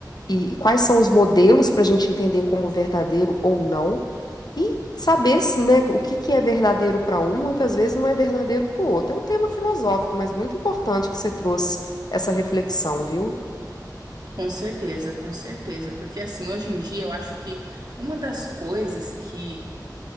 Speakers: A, on the left (about 65°); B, on the right (about 65°).
A: E quais são os modelos para a gente entender como verdadeiro ou não e saber se, né, o que que é verdadeiro para um, muitas vezes não é verdadeiro para o outro. É um tema filosófico, mas muito importante que você trouxe essa reflexão, viu?
B: Com certeza, com certeza. Porque assim, hoje em dia eu acho que uma das coisas que